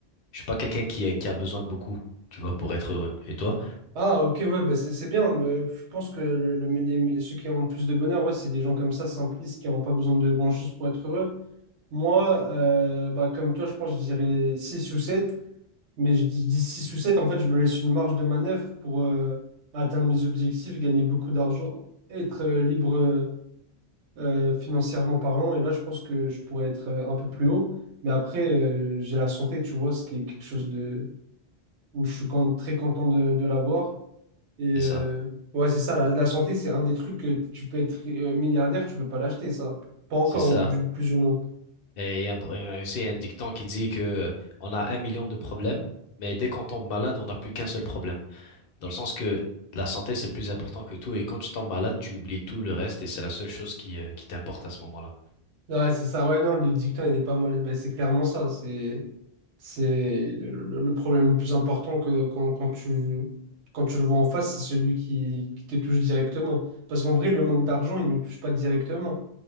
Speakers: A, on the left (about 65°); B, on the right (about 85°).
A: je suis pas quelqu'un qui, a- qui a besoin de beaucoup, tu vois, pour être heureux. Et toi?
B: Ah ok, ouais, ben c'est c'est bien, ben, je pense que le, le- les- ceux qui ont le plus de bonheur, ouais, c'est des gens comme ça, simplistes, qui n'ont pas besoin de grand-chose pour être heureux. Moi, euh, bah, comme toi, je pense je dirais 6 ou 7. Mais je dis, dis 6 ou 7 en fait, je me laisse une marge de manœuvre pour euh, atteindre mes objectifs, gagner beaucoup d'argent, être euh, libre euh, euh, financièrement parlant. Et là, je pense que je pourrais être euh, un peu plus haut. Mais après, euh, j'ai la santé, tu vois, ce qui est quelque chose de, où je suis quand- très content de, de l'avoir. Et
A: C'est
B: euh,
A: ça,
B: ouais, c'est ça, la, la santé, c'est un des trucs que tu peux être euh, milliardaire, tu peux pas l'acheter, ça. Pas encore,
A: c'est ça.
B: ou du- plus ou moins.
A: Et il y a un pro- euh, aussi un dicton qui dit que euh, on a un million de problèmes, mais dès qu'on tombe malade, on n'a plus qu'un seul problème. Dans le sens que la santé, c'est plus important que tout, et quand tu tombes malade, tu oublies tout le reste, et c'est la seule chose qui, euh, qui t'importe à ce moment-là.
B: Ouais, c'est ça, ouais, non, le dicton, il est pas mal. Ben, c'est clairement ça, c'est... C'est le, le- le problème le plus important que, quand, quand tu, quand tu le vois en face, c'est celui qui, qui te touche directement. Parce qu'en vrai, le manque d'argent, il ne touche pas directement.